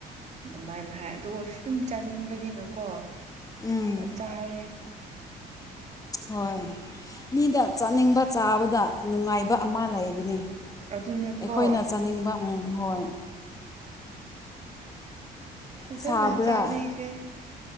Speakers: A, on the right; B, on the left.
A: ꯑꯗꯨꯃꯥꯏꯅ ꯍꯥꯏ ꯑꯗꯨ ꯑꯣꯏꯔꯁꯨ ꯑꯗꯨꯝ ꯆꯥꯅꯤꯡꯕꯅꯤꯅꯀꯣ
B: ꯎꯝ
A: ꯆꯥꯔꯦ
B: ꯍꯣꯏ ꯃꯤꯗ ꯆꯠꯅꯤꯡꯕ ꯆꯥꯕꯗ ꯅꯨꯡꯉꯥꯏꯕ ꯑꯃ ꯂꯩꯕꯅꯦ
A: ꯑꯗꯨꯅꯦꯀꯣ
B: ꯑꯩꯈꯣꯏꯅ ꯆꯥꯅꯤꯡꯕ ꯍꯣꯏ
A: ꯐꯖꯅ
B: ꯁꯥꯕ꯭ꯔꯥ
A: ꯆꯥꯕꯤꯈ꯭ꯔꯦ